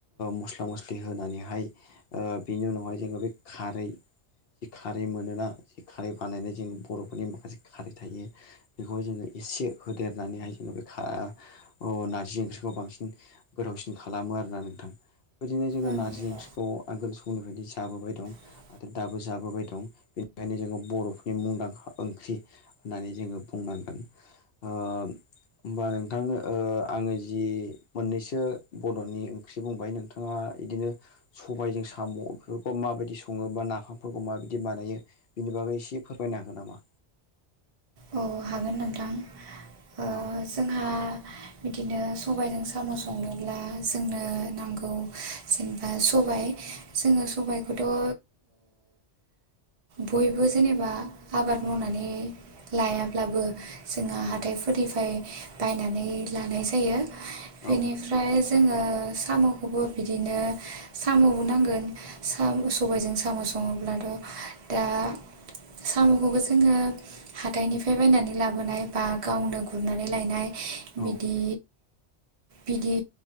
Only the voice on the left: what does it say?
मस्ला मस्लि होनानैहाय ओ बिनि उनावहाय जोङो बे खारै जि खारै मोनोना जि खारै बानायनाय जों बर'फोरनि माखासे खारै थायो बेखौहाय जोङो एसे होदेरनानैहाय जोङो बे खा- अ नारजि ओंख्रिखौ बांसिन गोथावसिन खालामो आरोना नोंथां बिदिनो जोङो
नारजि ओंख्रि
खौ आगोल समनिफ्रायनो जाबोबाय दं
आरो दाबो जाबोबाय दं बेनिखायनो जोङो बर'फोरनि मुंदांखा ओंख्रि होननानै जोङो बुंनांगोन। ओ होमबा नोंथां ओ आङो जि मोननैसो बड'नि ओंख्रि बुंबाय नोंथाङा बिदिनो सबायजों साम' बेफोरखौ माबायदि सङो बा नाफामफोरखौ माबायदि बानायो बिनि बागै एसे फोरमायनो हागोन नामा?
औ
औ
औ
औ